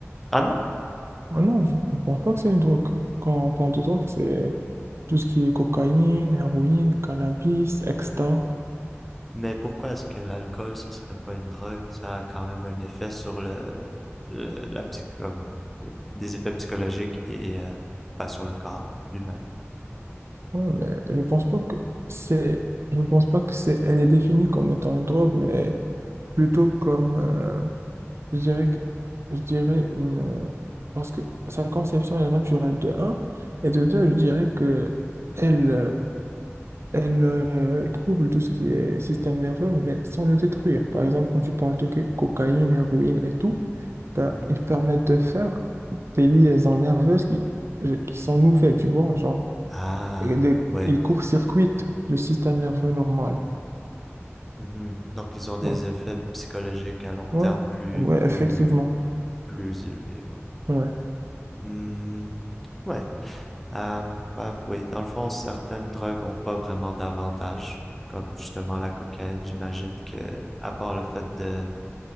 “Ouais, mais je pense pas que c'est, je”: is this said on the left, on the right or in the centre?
Right